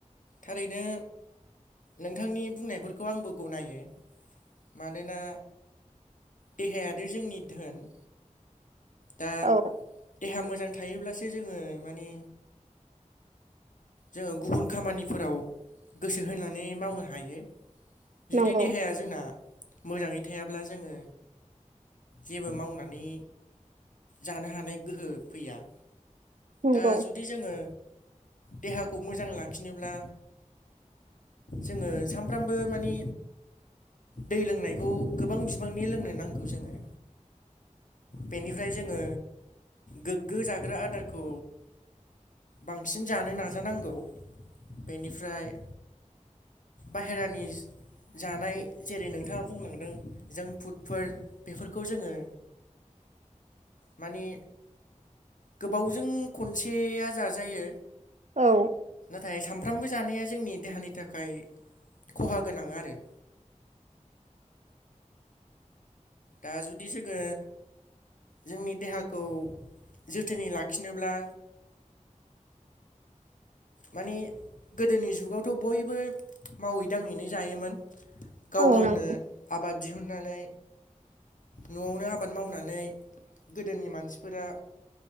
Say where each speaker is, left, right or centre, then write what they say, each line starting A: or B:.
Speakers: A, on the left (about 80°); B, on the right (about 65°).
A: थारैनो नोंथांनि बुंनायफोरखौ आंबो गनायो मानोना देहायाथ जोंनि धोन दा
B: औ
A: देहा मोजां थायोब्लासो जोङो माने जोङो गुबुन खामानिफोराव गोसो होनानै मावनो हायो जुदि
B: नंगौ
A: देहाया जोंना मोजाङै थायाब्ला जोङो जेबो मावनानै जानो हानाय गोहो फैया
B: नंगौ
A: दा जुदि जोङो देहाखौ मोजां लाखिनोब्ला जोङो सानफ्रामबो माने दै लोंनायखौ गोबां बिबांनि लोंनो नांगौ जोङो बेनिफ्राय जोङो गोग्गो जाग्रा आदारखौ बांसिन जानो नाजानांगौ बेनिफ्राय बाहेरानि जानाय जेरै नोंथाङा बुंलांदों जों फुडफोर बेफोरखौ जोङो माने गोबावजों खनसेया जाजायो।
B: औ।
A: नाथाय सामफ्रामबो जानाया जोंनि देहानि थाखाय खहा गोनां आरो। दा जुदि जोङो जोंनि देहाखौ जोथोनै लाखिनोब्ला माने गोदोनि जुगावथ' बयबो मावै दाङैनो जायोमोन। गाव
B: औ
A: गावनो
B: नं
A: आबाद दिहुननानै न'आवनो आबाद मावनानै गोदोनि मानसिफोरा